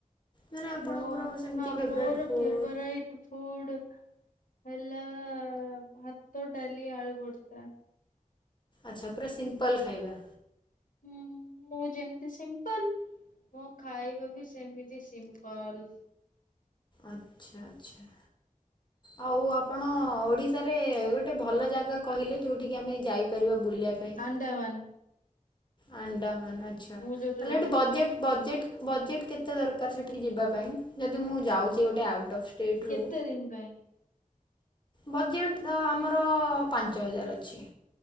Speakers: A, on the left; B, on the left.
A: ମାନେ ଆପଣଙ୍କର
B: ମୋ
A: ସେମତି
B: ହଁ
A: ଫେବ୍ରେଟ୍
B: ମୋର
A: ଫୁଡ଼
B: ଫେବରାଇଟ ଫୁଡ ହେଲା ଭାତ, ଡାଲି, ଆଳୁଭର୍ତ୍ତା।
A: ଆଚ୍ଛା ପୁରା ସିମ୍ପଲ୍ ଖାଇବା।
B: ହୁଁ ମୁଁ ଯେମତି ସିମ୍ପଲ୍ ମୋ ଖାଇବା ବି ସେମିତି ସିମ୍ପଲ୍
A: ଆଚ୍ଛା ଆଚ୍ଛା। ଆଉ ଆପଣ ଓଡ଼ିଶାରେ ଗୋଟେ ଭଲ ଜାଗା କହିଲେ ଯୋଉଠିକି ଆମେ ଯାଇପାରିବା ବୁଲିଆପାଇଁ।
B: ଆଣ୍ଡାମାନ।
A: ଆଣ୍ଡାମାନ ଆଚ୍ଛା
B: ମୁଁ ଯୋଉଠି
A: ତାହେଲେ
B: ରହୁଛି
A: ହେଠି ବଜେଟ ବଜେଟ ବଜେଟ କେତେ ଦରକାର ସେଠିକି ଯିବା ପାଇଁ ଯଦି ମୁଁ ଯାଉଚି ଗୋଟେ ଆଉଟ୍ ଅଫ୍ ଷ୍ଟେଟ୍
B: କେତେଦିନ
A: ରୁ
B: ପାଇଁ?
A: ବଜେଟ ତ ଆମର ପାଞ୍ଚହଜାର ଅଛି।